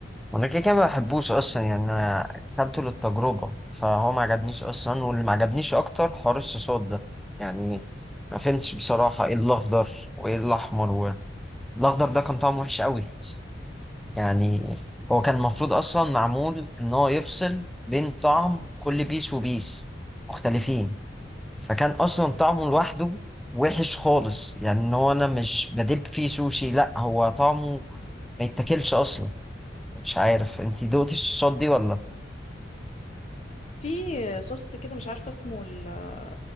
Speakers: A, in the centre; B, on the left.
A: انا كده كده ما بحبوش اصلا يعني انا اكلته للتجربه فهو ما عجبنيش اصلا واللي ما عجبنيش اكتر حوار الصوصات ده يعني ما فهمتش بصراحه ايه الاخضر وايه الاحمر و... الاخضر ده كان طعمه وحش قوي يعني هو كان المفروض اصلا معمول ان هو يفصل بين طعم كل بيس وبيس مختلفين فكان اصلا طعمه لوحده وحش خالص يعني ان هو انا مش بدب فيه سوشي لا هو طعمه ما يتاكلش اصلا مش عارف انت دوقتي الصوصات دي ولا
B: في صوص كده مش عارفة اسمه ال-